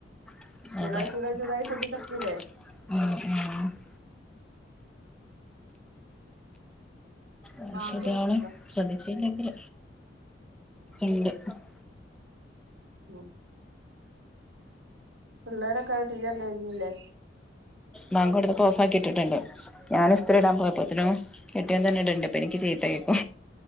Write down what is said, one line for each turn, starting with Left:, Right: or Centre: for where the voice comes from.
Centre: അതെ
Right: ചൂടായി ചൂടായി ചൂടായി
Centre: ഉം
Right: പൊട്ടിത്തെറിക്കൂലേ
Centre: ഉം അത്
Right: ബാങ്ക്
Centre: ശരിയാണ്
Right: വിളിച്ചല്ലോ
Centre: ശ്രദ്ധിച്ചില്ലെങ്കിൽ <unintelligible>
Right: <unintelligible> പിള്ളേരൊക്കെ ടി വി കണ്ടു കഴിഞ്ഞില്ലേ?
Centre: വാങ്കടുത്തപ്പൊ ഓഫാക്കി ഇട്ടിട്ടുണ്ട്. ഞാന് ഇസ്തിരിയിടാൻ പോയപ്പോത്തിനും കെട്ടിയോൻ തന്നെ ഇട്ണ്ട്. പ്പ എനിക്ക് ചീത്ത കേട്ടു.